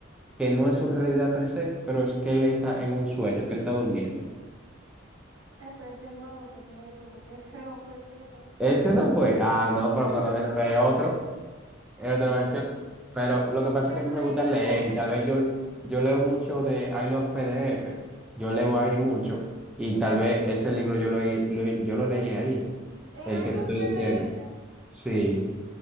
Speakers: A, in the centre; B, on the right.
A: que no es su realidad per se, pero es que él está en un sueño, que él está durmiendo.
B: eh, pero ese nuevo que tú leíste, porque <laughs> ese no fue el que yo leí.
A: Ese no fue. Ah, no,
B: <laughs>
A: pero cuando
B: No,
A: viene a ver otro. Es otra
B: no.
A: versión. Pero lo
B: El
A: que pasa
B: que
A: es que a
B: tú
A: mí me
B: leíste
A: gusta leer
B: por
A: y
B: remix.
A: tal vez yo, yo leo mucho de I Love PDF. Yo leo ahí mucho y tal vez ese libro yo lo, leí- lo- yo lo leí ahí,
B: En
A: el
B: ahí
A: que
B: los
A: te estoy
B: PDF
A: diciendo.
B: Ay,
A: Sí,